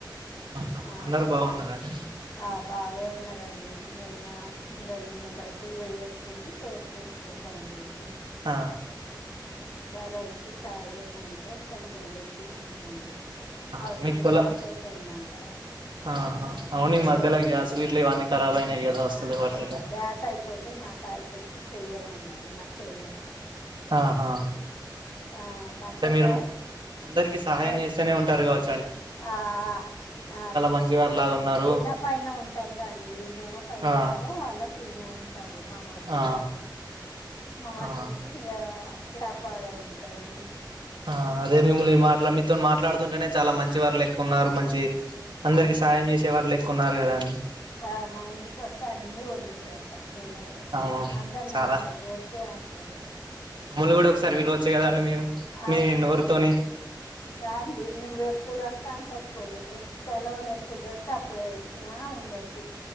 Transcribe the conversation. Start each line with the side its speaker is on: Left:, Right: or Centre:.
Right: <unintelligible>
Left: ఆ
Right: అందరు బావున్నారండి
Left: ఆ బాగే ఉన్నరు రండి మా ఇంకా ఈయన బయటకి పోయొచ్చుండు ఏసెసుకోని బండిండు
Right: ఆ
Left: వాళకి చాయ్ పెట్టంటే కొంచెం పెట్టిస్తుందండి
Right: ఆ
Left: వాళ్ళకి
Right: మీకు పోలం
Left: గ్యాస్ అయిపోయిందంట
Right: ఆ హా అవును
Left: ఇంగ
Right: మధ్యలో గ్యాసులు ఇట్లు ఇవన్నీ కరాబ్ అయినాయి కదా వస్తుంది
Left: ఆ
Right: వాటిల్తొ
Left: ఆ గ్యాస్ అయిపోతే నా కాడికి వచ్చి చెయ్యమన్నది మ చెల్లె
Right: ఆ హా
Left: ఆ మా
Right: అంటే
Left: చెల్లె
Right: మీరు అందరికి సహాయం
Left: మే
Right: చేస్తేనే ఉంటారు కావచ్చు
Left: ఆ ఆ
Right: మంచివారు లాగా ఉన్నారు
Left: కింద పైన ఉంటాం గా అండి మేము పైన
Right: ఆ
Left: ఉంటాం వాళ్ళ <unintelligible> ఉంటారు మామరిది
Right: ఆ
Left: వాళ్ళు మా మర్ది
Right: ఆ
Left: కి ఇంగ వ్యాపారం ఉంటది
Right: ఆ అదే మిమ్మల్ని మాట్లా మీతో మాట్లాడుతుంటేనే చాలా మంచి వారు లెక్క ఉన్నారు మంచి అందరికి
Left: అవునండి
Right: సాహయం చేసేవారులే కున్నారు కదా అండి
Left: ఆ మా ఇంటికి వస్తే అన్ని వండిపెడతా నేనైతే
Right: అవును
Left: అందరు
Right: చాలా
Left: నన్నేఊరికే అంటారు
Right: మమ్ముల్ని కూడా ఒకసారి పిలవచ్చు కద అండి మీరు
Left: అవునాండి
Right: మీ నోరుతోని
Left: రాండి నువు ఎప్పుడు వస్తా అంటే అప్పుడు నీకు సెలవులు ఎప్పుడు దొరికితే అప్పుడే వచ్చినా ఉండొచ్చు